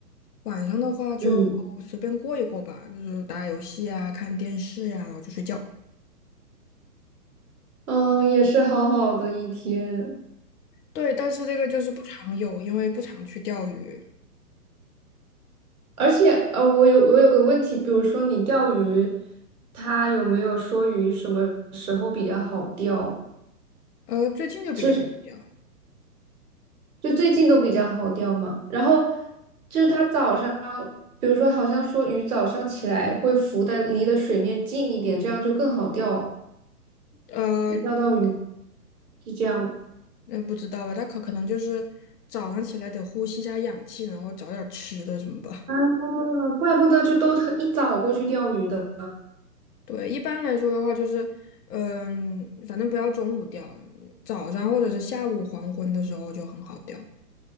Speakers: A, on the left; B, on the right.
A: 晚上的话就随便过一过吧，
B: 嗯
A: 就是打打游戏啊，看电视呀，然后就睡觉。
B: 嗯，也是好好的一天。
A: 对，但是这个就是不常有，因为不常去钓鱼。
B: 而且，呃，我有我有个问题，比如说你钓鱼，他有没有说鱼什么时候比较好钓？
A: 呃，最近就比较好钓。
B: 就是就最近都比较好钓嘛。然后就是他早上，比如说好像说鱼早上起来会浮在离的水面近一点，这样就更好钓，
A: 呃，
B: 能钓到鱼是这样吗。
A: 那不知道吧，他可可能就是早上起来得呼吸一下氧气，然后找点儿吃的什么吧。
B: 啊，怪不得就都特一早过去钓鱼的。
A: <laughs> 对，一般来说的话就是，嗯、反正不要中午钓，早上或者是下午黄昏的时候就很好钓。